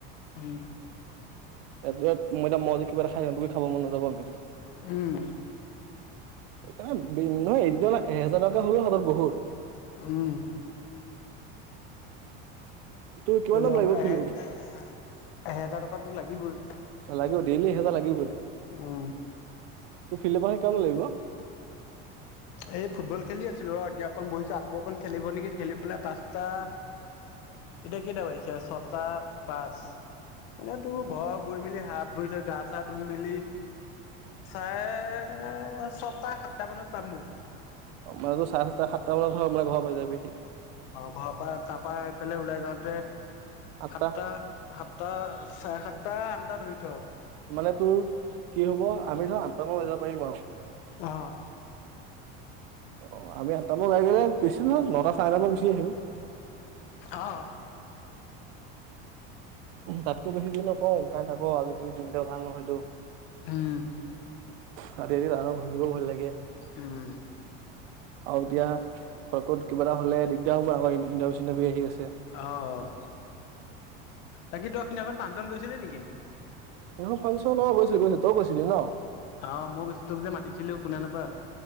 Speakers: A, on the left; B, on the right.
A: উম,
B: এটো এত মই এতিয়া মজি- <unintelligible> খাব মন নযাব নেকি
A: উম
B: সেইকাৰণে নহয় এতিয়া অ এহেজাৰ টকা হ'লওহাতত বহুত
A: উম
B: তোৰ কিমান
A: সে
B: দাম
A: ল
B: লাগিব
A: আমাৰ এ
B: ফিল্ড
A: এহেজাৰ টকা লাগিবই
B: লাগিব ডেইলি এহেজাৰ লাগিবই
A: উম
B: তোৰ ফিলেপাৰে কিমান নো লাগিব
A: এই ফুটবল খেলি আছিলো ৰ এতিয়া অকণ বহিছো আকৌ অকণ খেলিব নেকি খেলি পেলাই পাঁচটা এতিয়া কেইটা বাজিছে ছটা পাঁচ এনেতো ঘৰ গৈ মেলি হাত ধুইছে গা চা ধুই মেলি চাৰে ছটা সাত ত পামগৈ
B: মানে তোৰ চাৰে সাতটা সাতটা মানত হয় মাই ঘৰ পাই যামহি
A: অ ঘৰৰ পৰা তাৰ পৰাএফালে ওলাই যাওঁতে তোৱে
B: আঠটা
A: সাতটা সাত- টা চাৰে সাতটা ধৰি থ
B: মানে তোৰ কি হ'ব আমি ন ত মো লগত যাব পাৰিবি নোৱাও
A: অহ
B: অ আমি আঠটামান গই কিনে কিছু নহয় নটা চাৰে নটা মানত গুচি আহিম
A: আহ
B: উ তাতকৈ বেছি দেৰি নকওঁ কাৰণ আকৌ আজিকালি দিনটো ভাল নহয়তো
A: উম
B: ৰাতি ৰাতি টাউনত ঘুৰি ফুৰিবও ভয় লাগে
A: উম
B: আৰু এতিয়া ক'ত কিবা এটা হ'লে দিগদাৰ হ'ব আকৌ ইণ্টাৰভিউ চিন্টাৰভিও আহি আছে।
A: অহ বাকী তহ সিদিনাখন পাঁচজন গৈছিলি নেকি
B: এইখন ফাংচন অ গৈছিলো গৈছিলো তৱো গৈছিলি ন
A: অ মই গৈছো তুমি যে মাতি- আছিলো শুনা নাপা